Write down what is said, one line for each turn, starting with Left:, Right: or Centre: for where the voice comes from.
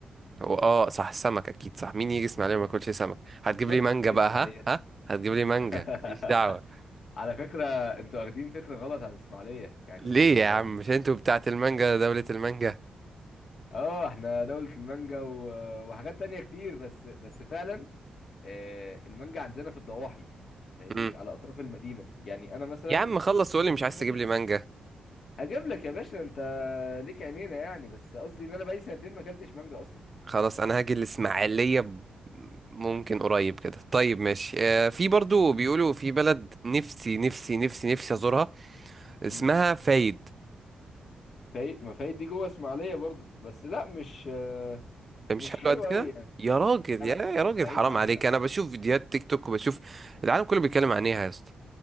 Right: هو اه صح سمك اكيد صح مين يجي اسماعيلية
Left: يعني
Right: وما ياكلش سمك هتجيب
Left: بالظبط
Right: لي مانجا
Left: هتيجي
Right: بقى
Left: اسماعيليه
Right: ها ها هتجيب لي مانجا
Left: <laughs>
Right: ماليش دعوة
Left: على فكره انتوا واخدين فكره غلط عن اسماعيليه يعني
Right: ليه
Left: اه
Right: يا عم مش انتوا بتاعت المانجا دولة المانجا
Left: آه، احنا دوله المانجا و- وحاجات تانية كتير بس بس فعلا آه، المانجا عندنا في الضواحي فاهمني
Right: مم.
Left: على اطراف المدينه يعني انا مثلا
Right: يا عم خلص وقولي
Left: في وسط
Right: مش عايز
Left: المدينه
Right: تجيب لي مانجا
Left: هجيب لك يا باشا انت ليك عينينا يعني بس قصدي ان انا بقالي سنتين ما اكلتش مانجا اصلا
Right: خلاص انا هاجي الاسماعيلية ب- ممكن قريب كده طيب ماشي آه في برضو بيقولوا في بلد نفسي نفسي نفسي نفسي ازورها اسمها
Left: امم
Right: فايد
Left: فايد ما فايد دي جوه اسماعيليه برضو بس لا مش آه،
Right: مش
Left: مش
Right: حلو
Left: حلو
Right: قد
Left: قوي
Right: كده
Left: يعني
Right: يا راجل
Left: لا
Right: يا
Left: لا
Right: يا
Left: بورسعيد
Right: راجل حرام
Left: احلى
Right: عليك انا بشوف فيديوهات تيك توك وبشوف العالم كله بيتكلم عن ايه يا اسطى